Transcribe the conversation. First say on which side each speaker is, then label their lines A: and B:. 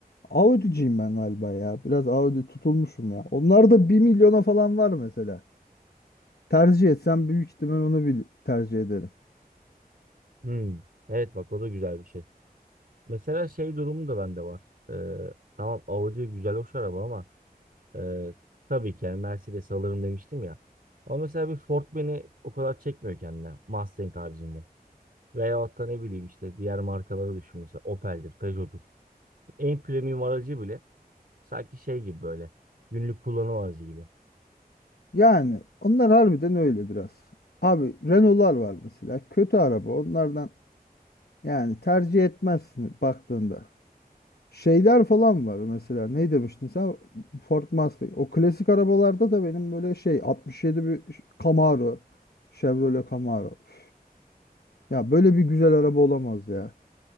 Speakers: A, on the left; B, on the right.
A: Audi'ciyim ben galiba ya. Biraz Audi tutulmuşum ya. Onlar da bir milyona falan var mesela. Tercih etsem büyük ihtimal onu bir tercih ederim.
B: Hmm. Evet bak o da güzel bir şey. Mesela şey durumu da bende var. Ee, tamam Audi güzel hoş araba ama e, tabii ki yani Mercedes alırım demiştim ya. Ama mesela bir Ford beni o kadar çekmiyor kendine Mustang haricinde. Veyahut da ne bileyim işte diğer markaları düşün mesela Opel'dir, Peugeot'dur. En premium aracı bile sanki şey gibi böyle günlük kullanım aracı gibi.
A: Yani onlar harbiden öyle biraz. Abi Renault'lar var mesela. Kötü araba. Onlardan yani tercih etmezsin baktığında. Şeyler falan var mesela. Ne demiştin sen? Ford Mustang. O klasik arabalarda da benim böyle şey 67 bir ş- Camaro. Chevrolet Camaro. Üf. Ya böyle bir güzel araba olamaz ya.